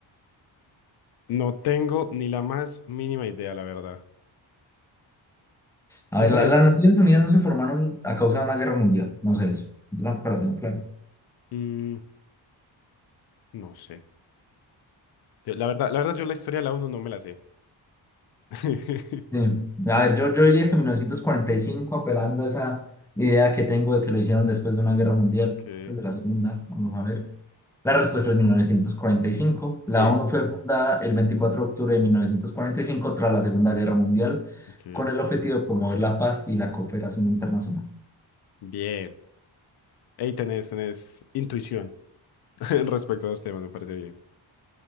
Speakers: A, on the left; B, in the centre.
A: No tengo ni la más mínima idea, la verdad.
B: A
A: ¿Tú
B: ver,
A: tenés?
B: la- las Naciones Unidas no se formaron a causa de una guerra mundial, no sé eso, yo tampoco la tengo clara.
A: Mm, no sé. Yo- La verdad, la verdad, yo la historia de la uno no me la sé. <laughs>
B: Sí. A ver, yo, yo diría que 1945, apelando a esa idea que tengo de que lo hicieron después de una guerra mundial,
A: Ok.
B: pues de la segunda, vamos a ver. La respuesta es 1945.
A: Bien.
B: La ONU fue fundada el 24 de octubre de 1945 tras la Segunda Guerra Mundial
A: Ok.
B: con el objetivo de promover la paz y la cooperación internacional.
A: Bien. Ahí tenés, tenés intuición <laughs> respecto a los temas, me parece bien.